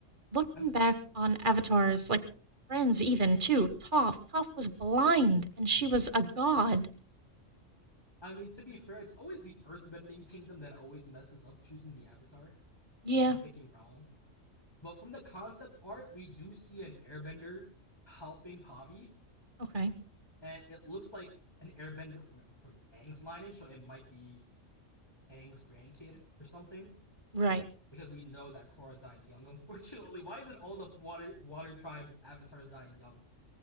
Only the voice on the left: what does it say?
i
I mean, to be fair, it's always the earthbending kingdom that always messes up choosing the Avatar
and picking wrong. But from the concept art, we do see an airbender helping Pavi
and it looks like an airbender from from Aang's lineage, so it might be Aang's grandkid or something.
Because we know that Korra died young, <laughs> unfortunately. Why is it all the water water tribe avatars dying young?